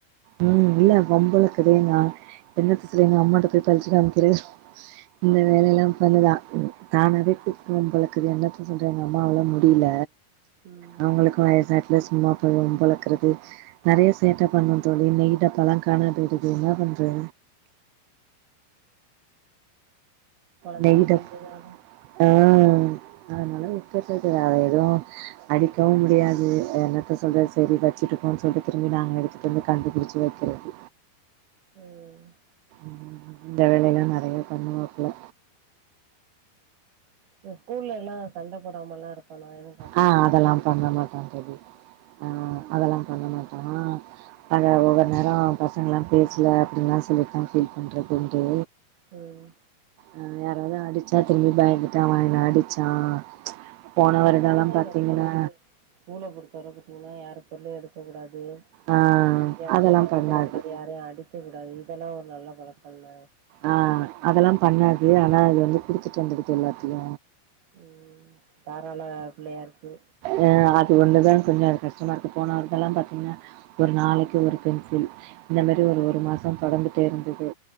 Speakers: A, on the right (about 80°); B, on the right (about 65°).
A: ம் இல்ல வம்பு வளக்குது எங்க சின்ன வயசுல எங்கம்மாட்ட போய் பறிச்சு காமிக்றே இந்த
B: ம்.
A: வேலைல்லா பண்ணுதா தானாவே கூட்டுவா போலாக்குது என்னத்த சொல்றது எங்க அம்மாவாள முடியல
B: ம்.
A: அவங்களுக்கு வயசாயிட்டுல சும்மா போவா போலக்குது நெறய சேட்ட பண்ணு தோழி நெய் டப்பாலா காணா பேய்டுது என்ன பண்றது
B: குழந்தைகள்
A: நெய் டப்
B: தெரிஞ்சதோட
A: ஆ அதனால <unintelligible> அத எதோ அடிக்கவு முடியாது என்னத்த சொல்றது சரி வச்சுட்டுப்போன் சொல்ட்டு திரும்பி நாங்க எடுத்துட்டு வந்து கண்டுபிடிச்சு வைக்கிறது
B: ம்
A: ம் இந்த வேலயெல்லா நெறய பண்ணுவாப்புல
B: இப்ப ஸ்கூல்ல எல்லா சண்ட போடாமல்லா இருப்பானா எது
A: ஆ அதெல்லா பண்ண மாட்டா தோழி ஆ அதெல்லா பண்ண மாட்டா அத ஒவ்வொரு நேரோ பசங்கல்லா பேசல அப்டின்ல்லா சொல்லித்தா ஃபீல் பண்றதுண்டு
B: ம்
A: ஆ யாராவது அடிச்சா திரும்பி பயந்துட்டு அவ என்ன அடிச்சா போன
B: இல்ல
A: வருடோலா
B: கொழந்தைங்க
A: பாத்தீங்கன்னா
B: வந்து ஸ்கூல பொறுத்த வர பாத்தீங்கன்னா யாரு பொருளயு எடுக்க கூடாது
A: ஆ
B: ம் யார்ட்டயு
A: அதெல்லா
B: சண்ட
A: பண்ணாது
B: போட கூடாது யாரையு அடிக்க கூடாது இதெல்லா ஒரு நல்ல பழக்கல்ல
A: ஆ அதெல்லா பண்ணாது ஆனா அது வந்து குடுத்துட்டு வந்துருது எல்லாத்தயு
B: ம் தாராள பிள்ளையா இருக்கு
A: ஆ அது ஒன்னுதா கொஞ்சோ கஷ்டமா இருக்கு போன வருடெல்லா வந்து பாத்தீங்கன்னா ஒரு நாளைக்கு ஒரு பென்சில் இந்த மாரி ஒரு ஒரு மாசம் தொடந்துட்டே இருந்தது